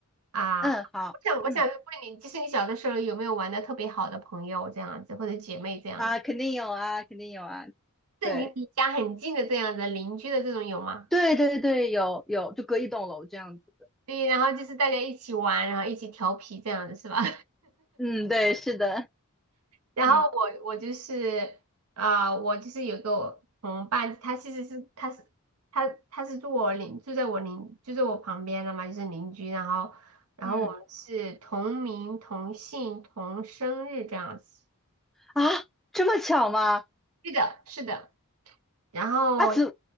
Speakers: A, on the right; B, in the centre.
A: 啊。
B: 嗯，好，
A: 我想，我想问你，
B: 嗯。
A: 就是你小的时候有没有玩的特别好的朋友这样子，或者姐妹这样，
B: 啊，肯定有啊，肯定有啊，
A: 是你离家很近的这样子，
B: 对，
A: 邻居的这种有吗？
B: 对对对，有有，就隔一栋楼这样子。
A: 对，然后就是大家一起玩，然后一起调皮这样子是吧？
B: 嗯，对，是的，
A: 然后我我就是啊、
B: 嗯
A: 我就是有个我同伴，他其实是他是他他是住我邻住在我邻就在我旁边的嘛，就是邻居。然后然后我们是同名同姓同生日这样子。
B: 嗯，啊，这么巧吗？
A: 是的，是的。然后
B: 啊，怎，